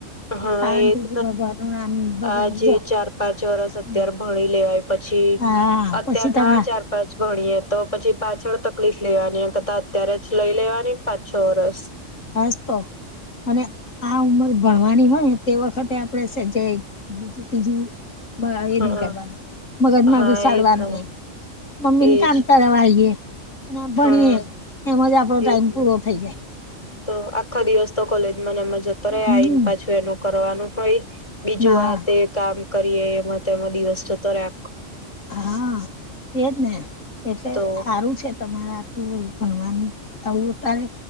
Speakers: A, on the left; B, on the left.
A: તો
B: હા
A: શાંતિથી
B: એ જ
A: ભગવાન નું નામ ભગ
B: આજે
A: જો
B: ચાર પાંચ વરષ અત્યારે
A: હમ
B: ભણી લેવાય પછી
A: હા
B: અત્યારના
A: પછી તમા
B: ચાર પાંચ ભણીએ તો પછી પાછળ તકલીફ લેવાનીમ કતાા અત્યારે જ લઈ લેવાનીને પાંચ છ વરષ
A: હ હસ તો અને આ ઉમર ભણવાની હોય ને તે વખતે આપણેેજ બીજ તીજું એ
B: હા
A: નઈ કરવાનું મગજ મામાંગુ
B: હા
A: સાડવાનું
B: એજ ને
A: હોય મમ્મી ને
B: એજ
A: કામ કરવા આવીએ અને ભણીએે
B: હા
A: એમજ આપડો ટાઈમ
B: એજ
A: પૂરો
B: ને
A: થઈ જાય
B: તો આખો દિવસ તો કોલેજ ને મ જતો રહે
A: હમ
B: આ આવીને પાછું એનું કરવાનું હોય બીજું
A: હા
B: વા તે કામ કરીએ એમાંમાં દિવસ જતો રા
A: હા એજ ને એટલે
B: તો
A: સારું છે તમારા ભગવાન આવ તારે